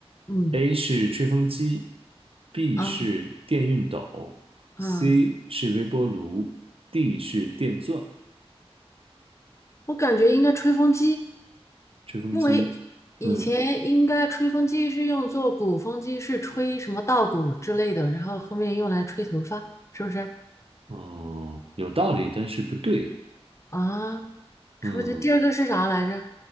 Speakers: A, on the left; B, on the right.
A: 嗯
B: A 是吹风机，B
A: 啊
B: 是电熨斗，C
A: 啊。
B: 是微波炉，D 是电钻，
A: 我感觉应该吹风机，
B: 吹风机。
A: 因为以前应该吹风机是用作鼓风机，
B: 嗯，
A: 是吹什么稻谷之类的，然后后面用来吹头发，是不是？
B: 嗯，有道理，但是不对。
A: 啊，吹不是？
B: 嗯，
A: 第二个是啥来着？